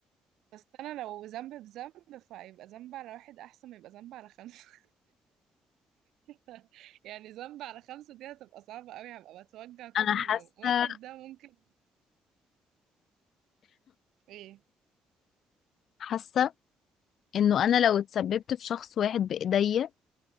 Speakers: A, on the right (about 85°); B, on the left (about 65°).
A: بس انا لو ذنب بذنب فهيبقى ذنب على واحد احسن ما يبقى ذنب على خمسة <laughs> يعني ذنب على خمسة دي هتبقى صعبة قوي هبقى بتوجع كل
B: انا حاسة
A: يوم واحد ده ممكن ايه
B: حاسة انه انا لو اتسببت في شخص واحد بايديا